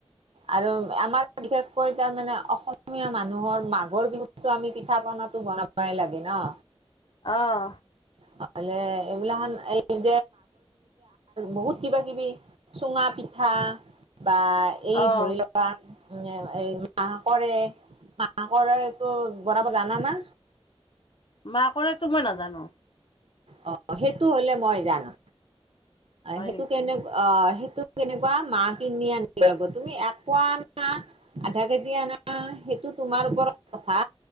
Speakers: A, on the right (about 65°); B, on the left (about 55°).
A: আৰু আমাৰ বিশেষকৈ তাৰ মানে অসমীয়া মানুহৰ মাঘৰ বিহুত টো আমি পিঠা পনা টো বনাবই লাগে ন।
B: আহ।
A: <inaudible> আৰু বহুত কিবা কিবি চুঙা পিঠা বা এই
B: অহ
A: ধৰি লওক বা এই মাহ কৰে মাহ কৰে এইটো বনাব জানা না?
B: মাহ কৰেই তো মই নাজানো।
A: অ সেইটো হ'লে মই জানো
B: হয়
A: সেইটো
B: নেকি
A: কেনে অ, 'সেইটো কেনেকুৱা মা কিনি আনিব লাগিব তুমি এক পোৱা আনা। আধা কেজি অনা সেইটো তোমাৰ ওপৰত কথা